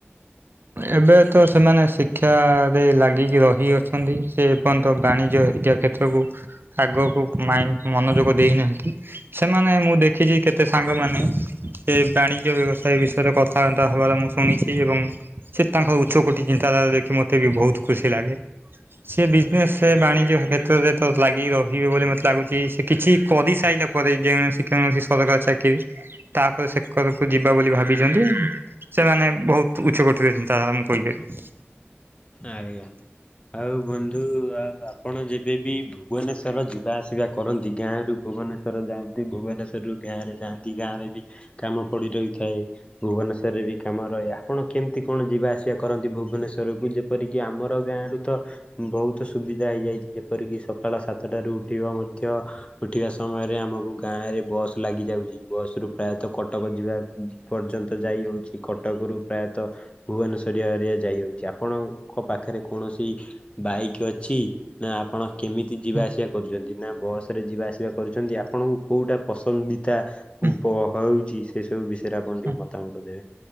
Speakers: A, on the right; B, on the left.
A: ଏବେ ତ ସେମାନେ ଶିକ୍ଷାରେ ଲାଗିକି ରହି ଅଛନ୍ତି, ସେ ଏପର୍ଯ୍ୟନ୍ତ ବାଣିଜ୍ୟ ହେରିକା କ୍ଷେ ତ୍ରକୁ ଆଗକୁ ମାଇଁ ମନୋଯୋଗ ଦେଇନାହାନ୍ତି, ସେମାନେ ମୁଁ ଦେଖିଚି କେ ତେ ସାଙ୍ଗମାନେ ସେ ବାଣିଜ୍ୟ ବ୍ୟବସାୟ ବିଷୟରେ କଥାବାର୍ତ୍ତା ହେବାର ମୁଁ ଶୁଣିଛି ଏବଂ ସେ ତାଙ୍କ ଉଚ୍ଚକୋଟି ଚିନ୍ତାଧାରା ଦେଖି ମୋତେ ବି ବହୁତ୍ ଖୁସି ଲାଗେ। ସିଏ ବିଜନେସ୍ ସେ ବାଣିଜ୍ୟ କ୍ଷେତ୍ରରେ ତ ଲାଗି ରହିବେ ବୋଲି ମତେ ଲାଗୁଚି, ସେ କିଛି କରିସାରିଲା ପରେ ଯେଣସି କୌଣସି ସରକାର ଚାକିରି ତାପରେ ସେ କରକୁ ଯିବା ବୋଲି ଭାବିଚନ୍ତି, ସେମାନେ ବହୁତ୍ ଉଚ୍ଚକୋଟିର ଚିନ୍ତାଧାରା ମୁଁ କହିପାରିବି।
B: ଆଜ୍ଞା, ଆଉ ବନ୍ଧୁ ଆଉ ଆପଣ ଯେବେବି ଭୁବନେଶ୍ୱର ଯିବା ଆସିବା କରନ୍ତି ଗାଁରୁ ଭୁବନେଶ୍ୱର ଯାଆନ୍ତି, ଭୁବନେଶ୍ୱରରୁ ଗାଁରେ ଯାଆନ୍ତି ଗାଁରେ ବି କାମ ପଡି ରହିଥାଏ। ଭୁବନେଶ୍ୱରରେ ବି କାମ ରହେ, ଆପଣ କେମ୍ତି କଣ ଯିବା ଆସିବା କରନ୍ତି ଭୁବନେଶ୍ଵରକୁ ଯେ ଯେପରିକି ଆମର ଗାଁରୁ ତ ବହୁତ ସୁବିଧା ହେଇଯାଇଚି, ଯେପରିକି ସକାଳ ସାତଟାରୁ ଉଠିବ ମଧ୍ୟ ଉଠିବା ସମୟରେ ଆମକୁ ଗାଁରେ ବସ୍ ଲାଗିଯାଉଚି। ବସ୍ ରୁ ପ୍ରାୟତଃ କଟକ ଯିବା ପର୍ଯ୍ୟନ୍ତ ଯାଇ ହଉଚି, କଟକ ରୁ ପ୍ରାୟତଃ ଭୁବନେଶ୍ଵରୀଆ ହେରିକା ଯାଇ ହାଉଚି, ଆପଣଙ୍କ ପାଖେରେ କୌଣସି ବାଇକ୍ ଅଛି? ନା ଆପଣ କେମିତି ଯିବା
A: ହୁଁ,
B: ଆସିବା କରୁଚନ୍ତି ନା ବସ୍ ରେ ଯିବା ଆସିବା କରୁଚିନ୍ତି ଆପଣଙ୍କୁ କୋଉଟା ପସନ୍ଦିତା
A: ହୁଁ,
B: ପ ହଉଚି ସେ ସବୁ ବିଷୟରେ ଆପଣ ଟିକେ
A: ହୁଁ।
B: ମତାମତ ଦେବେ।